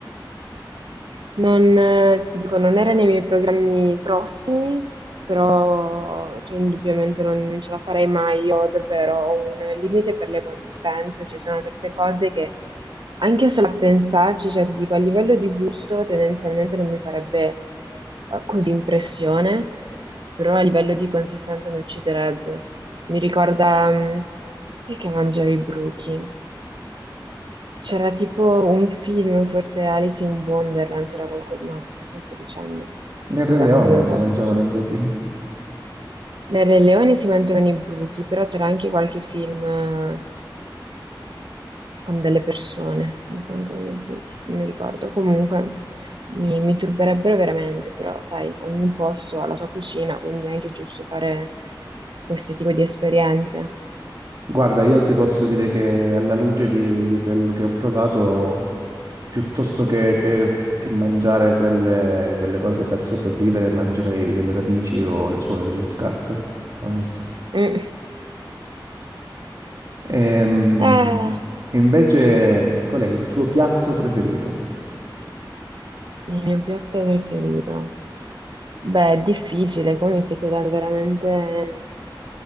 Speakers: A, on the right; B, on the right.
A: Non, eh, ti dico, non era nei miei programmi prossimi, però cioè, indubbiamente non ce la farei mai. Io davvero ho un limite per le consistenze, ci sono certe cose che anche solo a pensarci, cioè ti dico, a livello di gusto tendenzialmente non mi farebbe eh, così impressione, però a livello di consistenza mi ucciderebbe. Mi ricorda, mm, chi è che mangiavi i bruchi? C'era tipo un film, forse Alice in Wonderland, c'era qualcosa... No, non sto dicendo.
B: Nel Re
A: Vabbè,
B: Leone
A: comunque.
B: si mangiavano i buchi.
A: Nel Re Leone si mangiavano i bruchi, però c'era anche qualche film eh, con delle persone che mangiavano i bruchi, non mi ricordo. Comunque, mi, mi turberebbero veramente, però sai, ogni posto ha la sua cucina, quindi è anche giusto fare questo tipo di esperienze.
B: Guarda, io ti posso dire che alla luce di, di quello che ho provato, piuttosto che, che- che mangiare quelle, quelle cose per sopravvivere, mangerei delle radici o le suole delle scarpe, onesto.
A: Mm.
B: Ehm,
A: Eh,
B: E, invece, qual è il tuo piatto preferito?
A: il mio piatto preferito. Beh, è difficile, qua mi stai chiedendo veramente